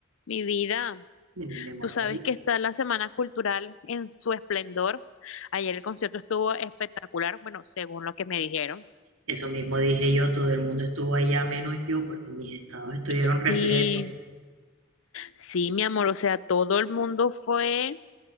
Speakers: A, on the left; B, on the right.
A: Mi vida,
B: de mi Marbella.
A: tú sabes que está la Semana Cultural en su esplendor. Ayer el concierto estuvo espectacular, bueno, según lo que me dijeron.
B: Eso mismo dije yo, todo el mundo estuvo allá menos yo porque mis estados estuvieron
A: Sí,
B: repletos.
A: sí, mi amor, o sea, todo el mundo fue,